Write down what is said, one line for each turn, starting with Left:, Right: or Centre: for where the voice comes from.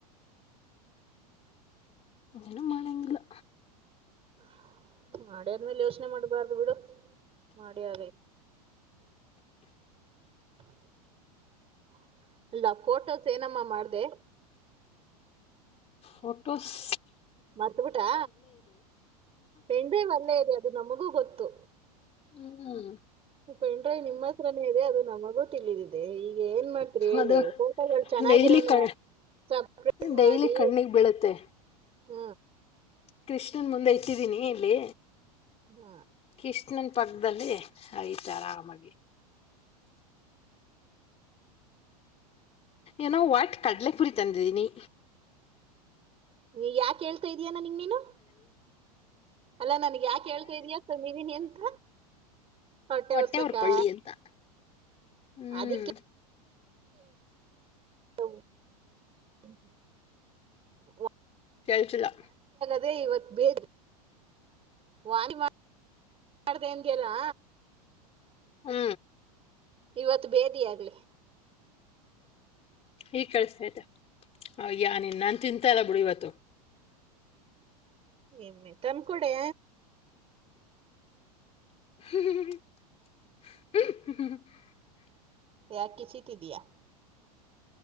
Left: ಏನು ಮಾಡಂಗಿಲ್ಲ.
Right: ಹ ಮಾಡೋದ್ಮೇಲೆ ಯೋಚನೆ ಮಾಡಬಾರ್ದು ಬಿಡು ಮಾಡ್ಯಲೆ - ಅಲ್ಲ ಫೋಟೋಸ್ ಏನಮ್ಮ ಮಾಡ್ದೆ.
Left: ಪೋಟೋಸ್.
Right: ಮರ್ತ್ಬಿಟ್ರಾ ಪೆಂಡ್ರೈವ ಅಲ್ಲೇ ಇದೆ ಅದು ನಮಗೂ ಗೊತ್ತು.
Left: ಹ್ಮ್
Right: ತ್ತು ಪೆನ್ಡ್ರೈವ್ ನಿಮ್ಮ ಹತ್ರನೇ ಇದೆ ಅದು ನಮಗು <unintelligible> ಅದೇ ಈಗ ಏನ್ ಮಾಡ್ತ್ರಿ ಹೇಳಿ
Left: ಅದು
Right: ಫೋಟೋಗಳು ಚೆನ್ನಾಗಿರೋನ
Left: ಡೈಲಿ ಕ
Right: ಸಪ್ರೇಟ್
Left: ಡೈಲಿ
Right: ಮಾಡಿ
Left: ಕಣ್ಣಿಗ್ ಬೀಳುತ್ತೆ
Right: ಹ್
Left: ಕೃಷ್ಣನ್ ಮುಂದೆ ಇಟ್ಟಿದ್ದೀನಿ ಇಲ್ಲಿ
Right: ಹ್
Left: ಕೃಷ್ಣನ್ ಪಕ್ಕದಲ್ಲಿ ಆಯ್ತಾ ಆರಾಮಾಗಿ ಏನೋ ಒಟ್ ಕಡ್ಲೆಪುರಿ ತಂದಿದ್ದೀನಿ
Right: ನೀ ಯಾಕ ಹೇಳ್ತಾ ಇದೀಯಾ ನ್ನನಗ ನೀನು ಅಲ್ಲಾ ನನಗ್ ಯಾಕ್ ಹೇಳ್ತಾ ಇದೀಯ ತಂದಿದೀನಿ ಅಂತ? ಹೊಟ್ಟೆ
Left: ಹೊಟ್ಟೆವುರ್
Right: ಉರ್ಸಕ್ಕಾ?
Left: ಕೊಳ್ಳಿ ಅಂತಾ ಹ್ಮ್
Right: ಅದಿಕ್ಕೆ <unintelligible>
Left: ಕೇಳ್ಸಿಲ್ಲಾ
Right: ಅದೇ ಇವತ್ ಬೇದಿ ವಾರ <unintelligible> ಮಾಡ ಮಾಡದೆ ಎನ್ ಗೆಲ್ಲಾ
Left: ಹ್ಮ್
Right: ಇವತ್ತು ಬೇದಿಯೋಗ್ಲಿ
Left: ಈಗ್ ಕಳ್ಸ ಆಯ್ತಾ ಅಯಾ ನಿನ್ ನಾನ್ ತಿಂತ ಇಲ್ಲಾ ಬಿಡು ಇವತ್ತು
Right: ಎಮ್ಮೆ ತಂದಕೊಡೇ
Left: <unintelligible>
Right: ಯಾಕ ಕಿಸಿತಿದಯಾ